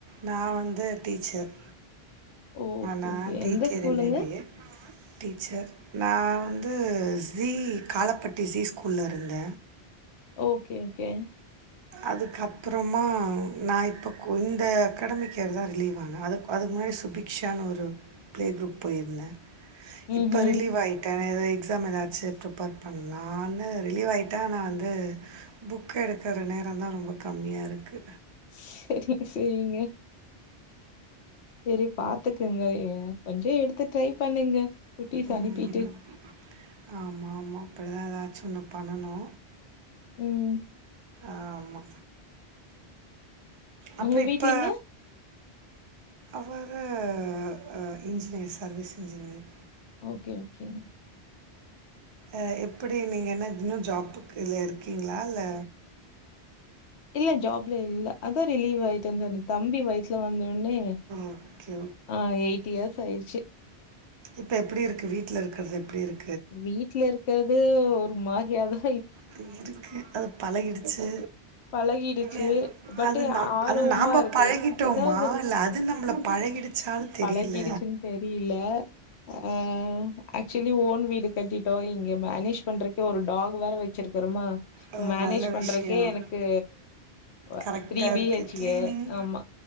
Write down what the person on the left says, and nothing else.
ஓகே
ஓகே
எந்த ஸ்கூலுங்க
ஓகே ஓகே
ம்ஹ்ம்.
செரி சொரிங்க செரி பாத்துகுங்க எ கொஞ்சொ எடு த்து ட்ரை பண்ணுங்க குட்டீஸ்
அனுப்பிட்டு.
ம்
உங்க
வீட்லங்க?
ஓகே ஓகேங்
இல்ல ஜாப்ல இல்ல அதா ரிலீவ் ஆய்ட்டன் ஜொன்னு தம்பி வய்த்ல வந்துன் ண்ணே
ஆ எய்ட் இயர்ஸ் ஆய்ர்ச்சு
வீட்ல இருக்கது ஒரு மாரியாதா
பழகிடுச்சு
பட்டு
அ ஆரோம்மா
இருக்குது
எதாவ்து
பழகிடுச்சுன் தெரியில்ல அஅம் ஆக்சுலி ஓன்னு வீடு கட்டிட்டோ இங்கே மேனேஜ் பண்றக்கே ஒரு டாக்வேற வெச்சிர் கறுமா
மேனேஜ்
பண்றக்கே
எனக்கு வ
அத் த்ரீ பிஹெச்
ஏ ஆமா